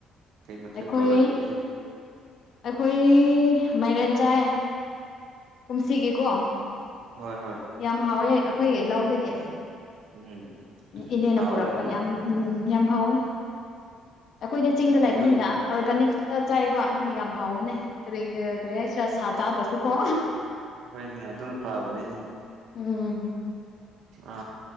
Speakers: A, on the right; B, on the left.
A: ꯀꯩ ꯃꯊꯦꯜ
B: ꯑꯩꯈꯣꯏ
A: ꯇꯧꯔꯒꯦ
B: ꯑꯩꯈꯣꯏ ꯃꯥꯏꯔꯦꯟ ꯆꯥꯏ ꯀꯨꯝꯁꯤꯒꯤꯀꯣ
A: ꯍꯣꯏ ꯍꯣꯏ
B: ꯌꯥꯝ ꯍꯥꯎꯋꯦ ꯑꯩꯈꯣꯏ ꯂꯧꯗꯒꯤ
A: ꯎꯝ
B: ꯎꯝ ꯏꯅꯦꯅ
A: ꯍꯥꯎꯔꯅꯤ
B: ꯄꯨꯔꯛꯄ
A: ꯍꯥꯎꯔꯅꯤ
B: ꯌꯥꯝ ꯎꯝ ꯌꯥꯝ ꯍꯥꯎꯋꯦ ꯑꯩꯈꯣꯏꯗꯤ ꯆꯤꯡꯗ
A: ꯑꯩꯈꯣꯏ
B: ꯂꯩꯕꯅꯤꯅ ꯑꯣꯔꯒꯥꯅꯤꯛ ꯈꯛꯇ ꯆꯥꯏꯌꯦꯕ ꯑꯗꯨꯒꯤ ꯌꯥꯝ ꯍꯥꯎꯕꯅꯦ ꯀꯔꯤꯒ ꯀꯔꯤ ꯍꯥꯏꯁꯤꯔꯥ ꯁꯥ ꯆꯥꯗ꯭ꯔꯁꯨ ꯀꯣ
A: ꯍꯣꯏꯅꯦ ꯑꯗꯨꯅ ꯐꯥꯕꯅꯤꯅꯦ
B: ꯎꯝ
A: ꯑ